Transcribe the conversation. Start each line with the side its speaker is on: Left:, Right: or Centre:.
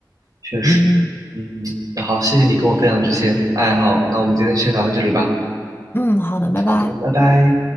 Right: 确实，
Left: 嗯
Right: 嗯，那好，谢谢你跟我分享这些爱好，那我们今天就先聊到这里吧。
Left: 嗯，好的，拜拜。
Right: 好的，拜拜。